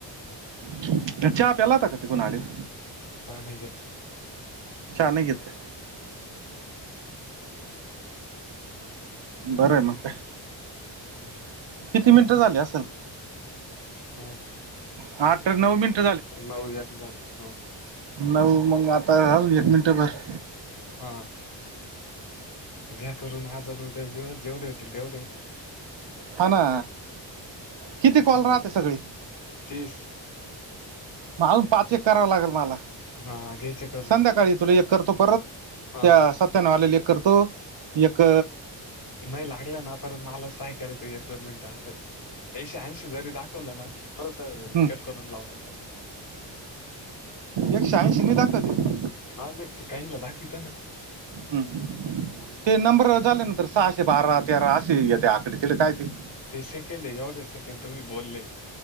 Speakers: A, on the right; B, on the left.
A: चहा प्याला होता का तिकून आलेवर?
B: चहा नाही घेत.
A: नाही घेत का बरं मग, काय?
B: हम्.
A: किती
B: <unintelligible>
A: मिनिटं झाले असेल
B: हम.
A: हा तर नऊ मिनिट
B: नऊ याक झालं. ह.
A: नऊ, मग आता राऊ एक मिनिटंभर
B: हा. घ्या करून आज अन् उद्याच दिवस, जेवढे होतील तेवढे.
A: हा ना. किती
B: हम्म
A: कॉल राहते, सगळी?
B: तीस
A: म आजून पाच- एक करावा लागेल मला,
B: हा घ्यायचे करून
A: संध्याकाळी तुला एक करतो परत.
B: हा
A: त्या, सत्यानव आलेले एक करतो, एक
B: नाही लागलं ना, परत मलाच काय करायचं एक - दोन मिनिटं असं, एकशे ऐंशी जरी दाख वलं ना, परत
A: हम्म
B: कट करून लावायचा.
A: एकशे ऐंशी नाही दाखवते.
B: हा, नाही ते काहीनला दाखवित ना.
A: ह ह,
B: म्हणून
A: ते नंबर झाल्या नंतर सहाशे बारा- तेरा असे ते आकडी, तिडे काय ते?
B: ते सेकंड, एवढे सेकंड तुमी बोलले.